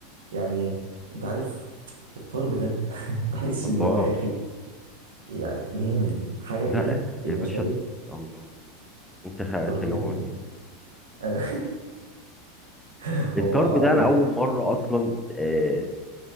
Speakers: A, on the right; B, in the centre.
A: يعني انت عارف الطرب ده <laughs> بحس
B: الله
A: ان هو يا اخي يعني جامد حاجه
B: لا
A: كده
B: يا
A: المشاوي
B: باشا الله انت خ-
A: الطرب
B: انت جوعتني
A: ده جامد أنا <laughs> والله
B: الطرب
A: العظيم
B: ده انا اول مره اصلا آه،